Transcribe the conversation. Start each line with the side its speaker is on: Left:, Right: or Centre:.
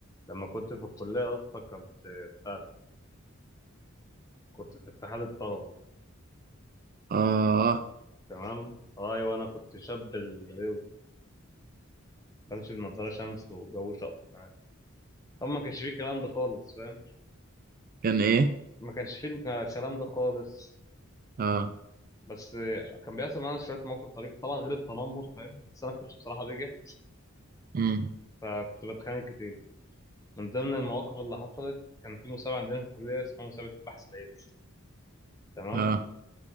Left: لما كنت في الكلية أصلا كنت بتاع ده، كنت في اتحاد الطلبة
Right: اه
Left: تمام آه، أيوة أنا كنت شاب الغيوص بمشي بنضارة شمس وجو شقط معايا طب ما كانش فيه الكلام ده خالص فاهم
Right: كان ايه
Left: ما كانش فيه الكلام ده خالص
Right: اه
Left: بس كان بيحصل معانا شوية مواقف طريفة طبعا غير التنمر فاهم بس أنا كنت بصراحة بجح
Right: امم
Left: فكنت بتخانق كتير من ضمن المواقف اللي حصلت كان في مسابقة عندنا في الكلية اسمها مسابقة البحث العلمي تمام
Right: اه